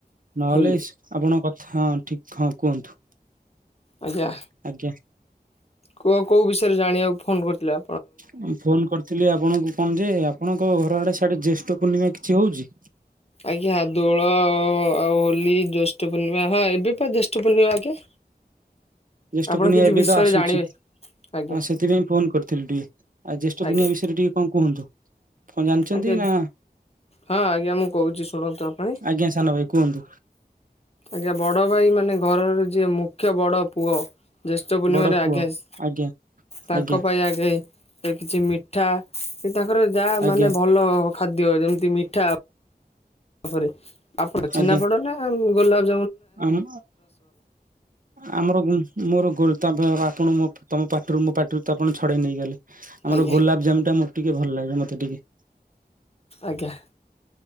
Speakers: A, on the right; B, on the left.
A: ନହେଲେ
B: ଭୁଲ
A: ସେ ଆପଣଙ୍କ ହଁ ଠିକ ହଁ କୁହନ୍ତୁ।
B: ଆଜ୍ଞା।
A: ଆଜ୍ଞା
B: କୁହ କୋଉ ବିଷୟରେ ଜାଣିବାକୁ ଫୋନ କରିଥିଲ?
A: ଅଁ, ଫୋନ୍ କରିଥିଲି ଆପଣଙ୍କୁ। କଣ ଯେ, ଆପଣଙ୍କ ଘର ଆଡେ ସିଆଡେ ଜ୍ୟେଷ୍ଠ ପୂର୍ଣ୍ଣିମା କିଛି ହଉଛି?
B: ଆଜ୍ଞା ଦୋଳ-ଓ-ଓ-ଓ ଆଉ ହୋଲି ଜ୍ୟେଷ୍ଠ ପୂର୍ଣ୍ଣିମା, ହଁ ଏବେ ପା ଜ୍ୟେଷ୍ଠ ପୂର୍ଣ୍ଣିମା ଆଜ୍ଞା।
A: ଜ୍ୟେଷ୍ଠପୂର୍ଣ୍ଣିମା
B: ଆପଣ କିଛି
A: ଏବେ
B: ବିଷୟରେ
A: ତ ଆସୁଛି
B: ଜାଣିବେ
A: ହଁ
B: ଆଜ୍ଞା
A: ସେଥିପାଇଁ ଫୋନ କରି ଥିଲି ଟିକେ ଆଉ ଜ୍ୟେଷ୍ଠପୂର୍ଣ୍ଣିମା
B: ଆଜ୍ଞା
A: ବିଷୟରେ ଟିକେ କଣ କୁହନ୍ତୁ। କଣ ଜାଣିଛନ୍ତି
B: ଆଜ୍ଞା
A: ନା
B: ହଁ ଆଜ୍ଞା ମୁଁ କହୁଛି ଶୁଣନ୍ତୁ ଆ ପାଇଁ
A: ଆଜ୍ଞା ସାନ ଭାଇ କୁହନ୍ତୁ
B: ଆଜ୍ଞା ବଡ ଭାଇ ମାନେ ଘରର ଯିଏ ମୁଖ୍ୟ ବଡ ପୁଅ ଜ୍ୟେଷ୍ଠ ପୂର୍ଣ୍ଣିମାରେ
A: ବଡ ପୁଅ
B: ଆଗେ ଆସ,
A: ଆଜ୍ଞା
B: ତାଙ୍କ
A: ଆଜ୍ଞା
B: ପାଇଁ ଆଗେ କିଛି ମିଠା କି ତାଙ୍କର ଯାହା
A: ଆଜ୍ଞା
B: ମାନେ ଭଲ-ଅ-ଅ ଖାଦ୍ୟ ଯେମିତି ମିଠା ତାପରେ ଆପରେ ଛେନା
A: ଆଜ୍ଞା
B: ପୋଡ ନା ଗୋଲାପ
A: ଆମ ଆମର ଉ ମୋର <unintelligible> ଆପଣ ମ ତମ ପାଟିରୁ ମୋ ପାଟିରୁ ତ ଆପଣ ଛଡ଼େଇ ନେଇଗଲେ। ଆମର
B: ଆଜ୍ଞା
A: ଗୋଲାପ ଜାମୁ ଟା ମତ ଟିକେ ଭଲ ଲାଗେ ମତେ ଟିକେ।
B: ଆଜ୍ଞା।